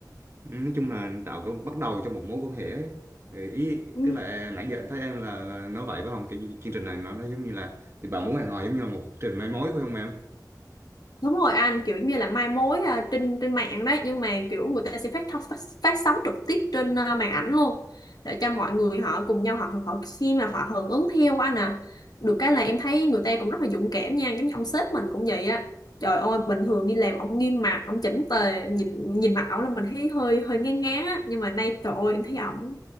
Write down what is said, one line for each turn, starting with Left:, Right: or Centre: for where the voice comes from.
Right: nói chung là tạo cái bắt đầu cho một mối quan hệ ấy. Ừ, ý
Left: <laughs>
Right: tức là à, nãy giờ anh thấy em là, là nói vậy phải không cái chương trình này nó, nó giống như là thì bạn muốn hẹn hò giống như là một chương trình mai mối phải không em
Left: đúng rồi anh kiểu như là mai mối à, trên trên mạng đấy nhưng mà kiểu người ta sẽ phát thóc- phát, phát sóng trực tiếp trên à, màn ảnh luôn để cho mọi người họ cùng nhau họ họ xem là họ hưởng ứng theo anh à được cái là em thấy người ta cũng rất là dũng cảm nha giống như ông sếp mình cũng vậy á trời ơi bình thường đi làm ông nghiêm mặt ông chỉnh tề nhìn nhìn mặt ổng là mình thấy hơi hơi ngán ngán á nhưng mà nay trời ơi em thấy ổng